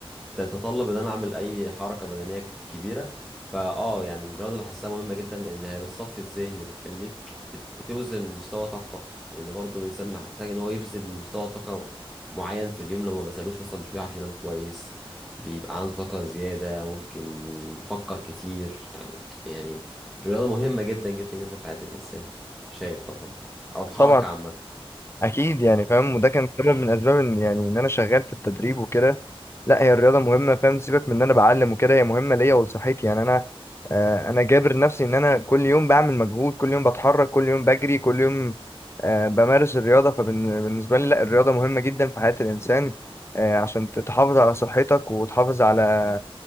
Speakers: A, in the centre; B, on the left.
A: تتطلب ان انا اعمل اي حركه بدنيه كت- كبيره فاه يعني الرياضه بحسها مهمه جدا ان هي بتصفي الذهن بتخليك بت- بتوزن مستوى طاقتك لان برضو الانسان محتاج ان هو يبذل مستوى طاقه معين في اليوم لو ما بذلوش مثلا مش بيعرف ينام كويس بيبقى عنده طاقه زياده ممكن يفكر كتير يعني يعني الرياضه مهمه جدا جدا جدا في حياه الانسان شايف طبعا او الحركه
B: طبعا
A: عامه
B: اكيد يعني فاهم وده كان سبب من اسباب ان يعني ان انا شغال في التدريب وكده لا هي الرياضة مهمة فاهم سيبك من ان انا بعلم وكده هي مهمة ليا ولصحتي يعني انا آه، انا جابر نفسي ان انا كل يوم بعمل مجهود كل يوم بتحرك كل يوم بجري كل يوم آه، بمارس الرياضة فبالنسبة لي لا الرياضة مهمة جدا في حياة الانسان آه، عشان تحافظ على صحتك وتحافظ على